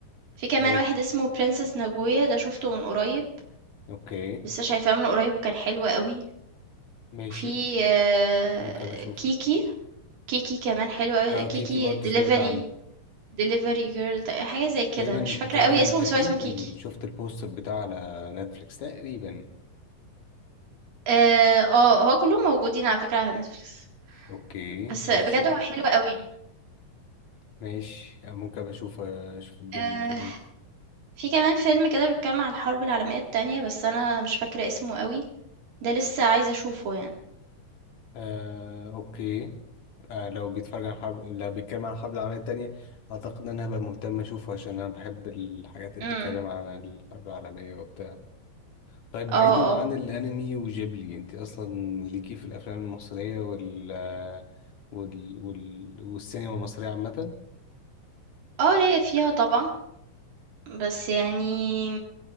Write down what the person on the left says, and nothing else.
ايه
اوكي
ماشي
ممكن أبقى اشوف
اه
كيكي برضو
سمعت عنه
تقريبا
تقريبا
تقريبا
شفت البوستر بتاعه على نتفليكس تقريبا
اوكي
ماشي
ماشي آه، ممكن أبقى اشوف آه، اشوف الدنيا
بتقول ايه
آه اوكي آه لو بيتفرج عن حرب لو بيتكلم عن الحرب العالمية التانية اعتقد ان انا هبقى مهتم اشوفه عشان انا بحب الحاجات اللي
بتتكلم عن الحرب العالمية وبتاع طيب بعيدا
عن
الانمي وجيبلي انت اصلا ليكي في الافلام المصرية وال وال, وال... والسينما المصرية عامة